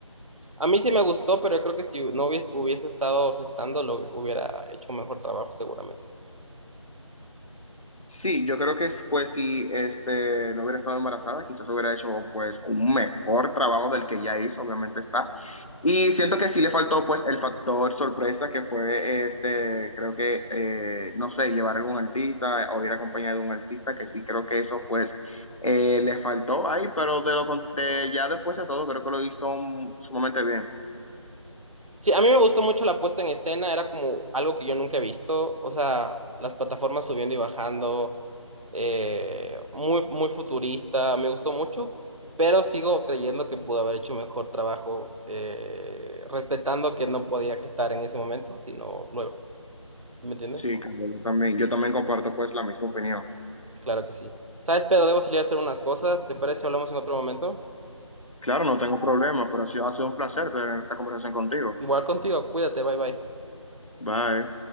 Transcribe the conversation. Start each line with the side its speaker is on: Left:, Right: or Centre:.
Right: A mí sí me gustó, pero yo creo que si no hubiese, hubiese estado gestando, lo hubiera hecho un mejor trabajo seguramente.
Left: Sí, yo creo que es, pues si este, no hubiera estado embarazada, quizás hubiera hecho pues un mejor trabajo del que ya hizo, obviamente está. Y siento que sí le faltó pues el factor sorpresa que fue este, creo que, eh, no sé, llevar a un artista o ir acompañado de un artista, que sí creo que eso pues eh, le faltó ahí, pero de lo con- de, ya después de todo creo que lo hizo mm, sumamente bien.
Right: Sí, a mí me gustó mucho la puesta en escena, era como algo que yo nunca he visto, o sea, las plataformas subiendo y bajando eh, muy, muy futurista, me gustó mucho, pero sigo creyendo que pudo haber hecho mejor trabajo, eh, respetando que no podía gestar en ese momento, sino luego, ¿me entiendes?
Left: Sí,
Right: Como,
Left: claro, yo también, yo también comparto pues la misma opinión.
Right: claro que sí. ¿Sabes? Pero debo salir a hacer unas cosas, ¿te parece si hablamos en otro momento?
Left: Claro, no tengo problema, pero sí ha sido un placer tener esta conversación contigo.
Right: Igual contigo, cuídate, bye bye.
Left: Bye.